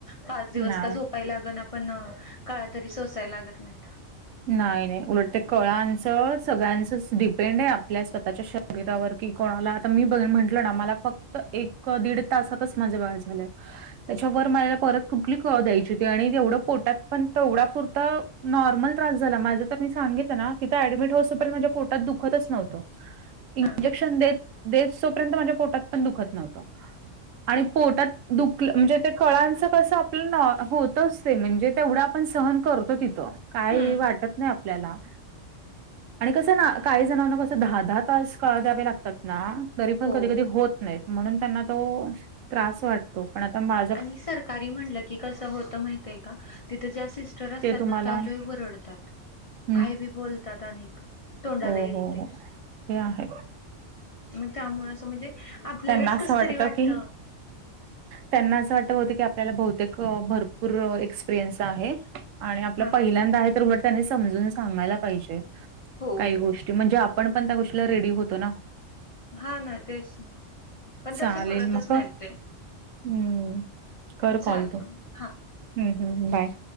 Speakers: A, on the left; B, on the right.
A: पाच दिवस
B: नाही.
A: का झो लाग ना पण, कळा तरी सोसायला लागत नाहीत.
B: नाही- नाही उलट ते कळांच सगळ्यांचच डिपेंड आहे आपल्या स्वतःच्या श शरीरावर की कोणाला आता मी बघ म्हंटलं ना, मला फक्त एक -दीड तासातच माझं बाळ झालं. त्याच्यावर म परत कुठली कळ द्यायची होती. आणि तेवढ पोटात पण तेवढा पुरता नॉर्मल त्रास झाला, माझ्या तर मी सांगितलं ना तिथं ऍडमिट होस तोपर्यंत माझ्या पोटात दुखतच नव्हतं. इंजेक्शन
A: हा ना
B: देत- देसतोपर्यंत माझ्या पोटात पण दुखत नव्हतं. आणि पोटात दुखलं म्हणजे त्या कळांच कसं आपलं नॉ होतच ते म्हणजे तेवढं पण सहन करतो तिथं, काय
A: हम्म
B: वाटत नाही आपल्याला. आणि कसं ना काही जणांना कसं दहा -दहा तास कळा द्यावे लागतात ना तरी पण
A: हो
B: कधी -कधी होत नाहीत म्हणून त्यांना तो त्रास वाटतो. पण आता मा
A: आणि सरकारी म्हणलं की कसं होतं माहित आहे का, तिथं ज्या सिस्टर असतात
B: ते तुम्हाला
A: ना त्या लई ओरडत्यात
B: <inaudible>
A: काही बी बोलतात अनीक, तोंडाला
B: हो
A: येईल
B: हो
A: ते.
B: हो ते आहे
A: मग त्यामुळे असं म्हणजे आपल्यालाच
B: त्यांना असं
A: कस तरी वाटत.
B: की त्यांना असं वाट होतं की, आपल्याला बहुतेक भरपूर एक्सपिरियन्स आहे. आणि आपलं
A: हा ना
B: पहिल्यांदा आहे तर, उलट त्यांनी समजून सांगायला पाहिजे
A: हो
B: काही
A: हो
B: गोष्टी म्हणजे. आपण त्या गोष्टीला रेडी होतो ना.
A: हा ना तेच ना, पण
B: चालेल
A: तसे करतच
B: मग कर
A: नाहीत ते.
B: हम्म कर
A: चालते
B: कॉल तू हम्म
A: हा
B: हम्म बाय.